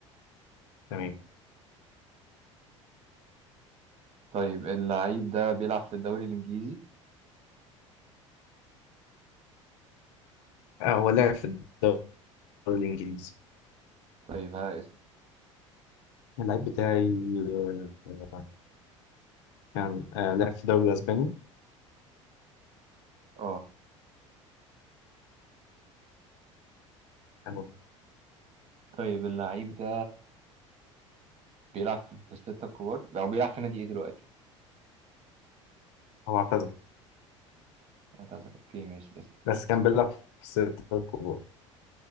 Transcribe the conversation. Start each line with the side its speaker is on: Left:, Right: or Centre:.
Left: تمام
Right: طيب اللعيب ده بيلعب في الدوري الانجليزي
Left: آه، هو لعب في الدوري الإنجليزي
Right: طيب ها اسال
Left: اللعيب بتاعي آه، كان آه، لعب في الدوري الأسباني
Right: اه
Left: كان-
Right: طيب اللعيب ده بيلعب في في الستة الكبار او بيلعب في نادي ايه دلوقتي
Left: هو اعتزل
Right: هتعزل. اوكي ماشي
Left: بس كان بيلعب في الستة الكبار